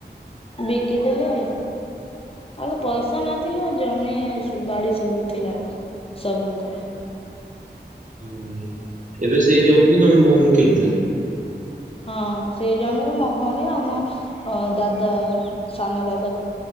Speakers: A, on the left; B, on the right.
A: ବିକିଦେଲେ ଆଗ ପଇସା ନଥିଲା ଜମି ବାଡି ସବୁ ଥିଲା ସବୁଙ୍କର।
B: ହୁଁ ଏବେ ସେଇ ଜମି କିି ତମ ଭଉଣୀ କିଣୁଚନ୍ତି?
A: ହଁ ସେଇ ଜମିକୁ ମୋ ଭଉଣୀ ଆଉ ମୋ ଅ- ଦାଦା ସାନ ଦାଦା ଖ